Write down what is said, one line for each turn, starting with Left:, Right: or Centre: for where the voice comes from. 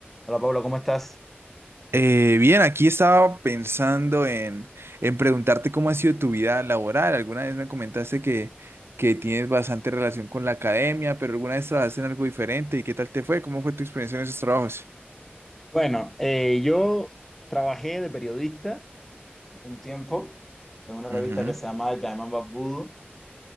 Centre: Hola Pablo, ¿cómo estás?
Right: Eh, bien, aquí estaba pensando en, en preguntarte cómo ha sido tu vida laboral. Alguna vez me comentaste que, que tienes bastante relación con la academia, pero alguna vez trabajaste en algo diferente. ¿Y qué tal te fue? ¿Cómo fue tu experiencia en esos trabajos?
Centre: Bueno, eh, yo trabajé de periodista un tiempo en una
Right: Ujú.
Centre: revista que se llamaba Caimán Barbudo.